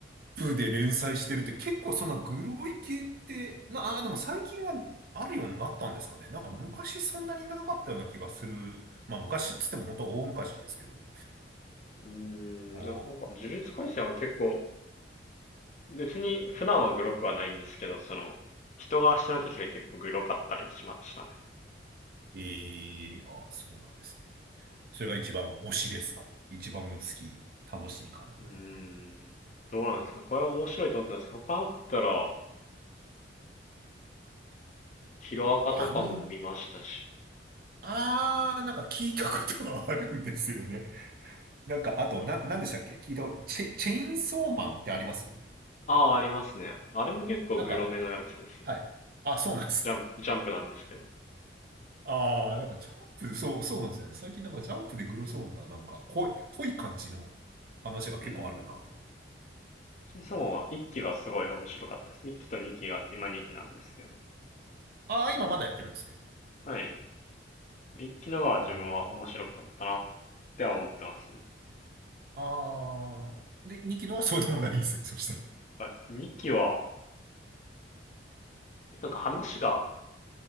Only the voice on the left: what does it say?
うーん、
でもなんか、呪術廻戦は結構、別に普段はグロくはないんですけど、その、人が死ぬ時が結構グロかったりしましたね。
うーん。どうなんですか。これは面白いと思ったんですけど、他あったら、ヒロアカとかも見ましたし、
これ、
ああ、ありますね。あれも結構グロめのやつですね。
ジャンプ、ジャンプなんですけど。
うん。チェンソーマンは1期がすごい面白かったです。1期と2期があって、今2期なんですけど。
はい。1期のが自分は面白かったなっ
ては思ってますね。
な2期は、なんか話が、